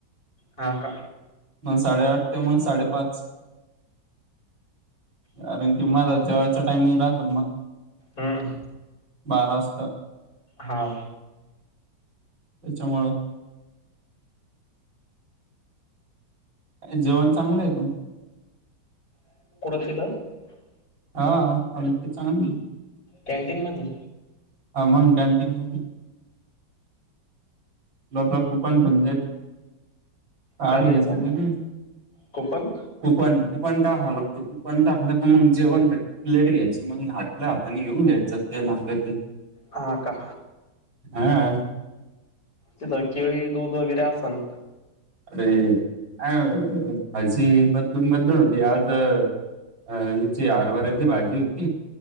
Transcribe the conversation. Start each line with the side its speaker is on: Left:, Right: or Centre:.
Left: हा का
Right: मग साडेआठ ते मग साडेपाच, कारण की मला जेवाच्या टामिंग राहात मग,
Left: हम्म
Right: बारा वास <unintelligible>
Left: हां.
Right: त्याच्यामूळ. जेवण चांगलं आहे पण.
Left: <unintelligible>
Right: हा अल्पी चांगली
Left: कॅन्टीन मध्ये.
Right: हा मंग कॅनटीन मधी. <unintelligible> आपल कुपन <unintelligible> ताट घ्यायचं,
Left: काय द्यायचं
Right: <unintelligible>
Left: कुपन
Right: कूपन. कुपन टाकावं लागतंय, कुपन टाकलं की मग जेवण भेटतं. प्लेट घ्यायची मग आपल्या हाताने घेऊन घ्यायचं जे लागत ते.
Left: हा का.
Right: हा.
Left: तिथं केळी दूध वगैरे असल.
Right: अरे अ, आ भाजी बदलून बदलून होती आज अ हिची हरभऱ्याची भाजी होती.